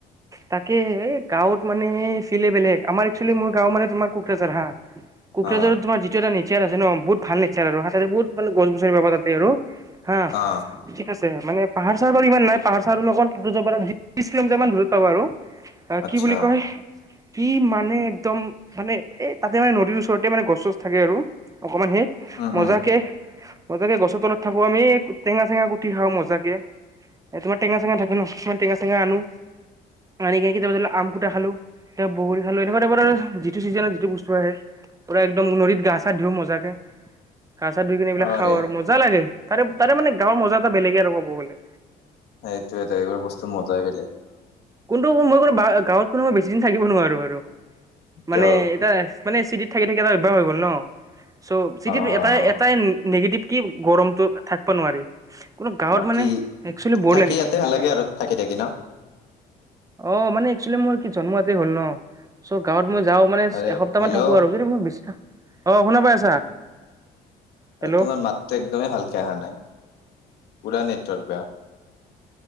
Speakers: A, on the right; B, on the left.
A: তাকে গাঁৱত মানে চিলে বেলেগ আমাৰ একচুৱেলি মোৰ গাঁও মানে তোমাৰ কোকৰাঝাৰ হা কোকৰাঝাৰৰ
B: অ
A: তোমাৰ যিটো এটা নেচাৰ আছে ন বহুত ভাল নেচাৰ আৰু হাতে বহুত মানে গছ গছনি পাবা তাতে আৰু, হা
B: অ
A: ঠিক আছে মানে পাহাৰ চাহাৰ বাৰু ইমান নাই পাহাৰ চাহৰকণ ত্ৰিশ কিলোমিটাৰ মান দূৰত পাব আৰু
B: আচ্ছা
A: কি বুলি কয়। কি মানে একদম মানে এ তাতে মানে নদীৰ ওচৰতে মানে গছ চছ থাকে আৰু অকমান সেই
B: উম
A: মজাকে
B: উম
A: মজাকে গছৰ তলত থাকো আমি টেঙা চেঙা কুটি খাওঁ মজাকে। এ তোমাৰ টেঙা চেঙা থাকে ন কিছুমান টেঙা চেঙা আনো। আনি কেনে কেতিয়াবা ধৰি আম কুটা খালো তাৰ বগৰী খালো এনেকুৱা টাইপৰ যিটো ছিজ যিটো বস্তু আহে। পূৰা একদম নদীত গা চা ধুওঁ মজাকে গা চা ধুই কিনে এইবিলাক
B: অ
A: খাওঁ
B: ৰে
A: আৰু মজা লাগে তাৰে তাৰে মানে গাঁৱৰ মজা এটা বেলেগে আৰু কব গ'লে।
B: স এইটোয় ত এইবোৰ বস্তু মজাই বেলেগ।
A: কোনটো মই কোনো গাঁৱত কোনো মই বেছি দিন থাকিব নোৱাৰো আৰু
B: কিয়
A: মানে
B: অ
A: এটা মানে চিটিত থাকি থাকি এটা অভ্যাস হৈ গ'ল ন'। চ' চিটিত
B: অ
A: এটাই এটাই নি নিগেটিভ কি, গৰমটো থাকব নোৱাৰি। কোনো গাঁৱত
B: বাকী
A: মানে, এক্সচুৱেলি ব'ৰ
B: থাকি
A: লাগি
B: ইয়াতে
A: যায়। মানে,
B: ভাল
A: সেইটো
B: লাগে
A: কাৰণে।
B: আৰু থাকি থাকি ন
A: অঁ, মানে, এক্সচুৱেলি মোৰ কি, জন্ম ইয়াতে হ'ল ন'। চব গাঁৱত মই যাওঁ মানে,
B: আৰে
A: এসপ্তাহ
B: হেল্ল'
A: মান থাকো আৰু যদি মোৰ বেছি থা অঁ শুনা পাই আছা? হেল্ল'
B: তোমাৰ মাতটো একদমেই ভালকে আহা নাই। পুৰা নেটৱৰ্ক বেয়া।